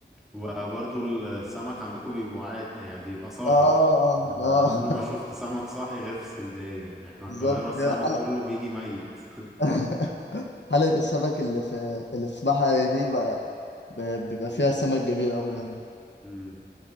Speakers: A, in the centre; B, on the left (about 80°).
A: وبرضو السمك عندكم بيبقى عا... يعني بيبقى صاحي
B: اه
A: أنا
B: آه.
A: عمري ما شفت سمك صاحي غير في اسكندرية يعني
B: <laughs>
A: احنا القاهرة
B: بالظبط
A: السمك
B: كده حلقة
A: كله بيجي ميت <laughs>
B: <laughs> حلقة السمك اللي في اللي في بحري دي بقى ب- بيبقى فيها سمك جميل أوي يعني
A: امم